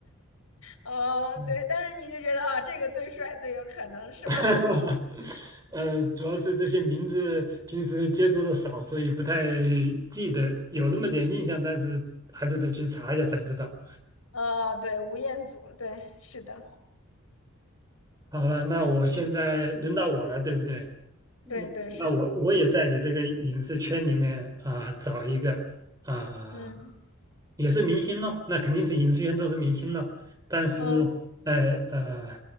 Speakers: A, on the left; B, on the right.
A: 哦，
B: 嗯
A: 对，但是你就觉得啊、这个最帅，最有可能是吗？
B: <laughs>，呃，主要是这些名字平时接触的少，所以不太记得，有那么点印象，但是还得得去查一下才知道。
A: <laughs> 哦，对，吴彦祖，对，是的，
B: 好了，那我现在轮到我了，对不对？嗯，
A: 对对是，
B: 那我我也在你这个影视圈里面啊、找一个啊、
A: 嗯
B: 也是明星咯，那肯定是影视圈都是明星咯。但是呃呃，
A: 嗯，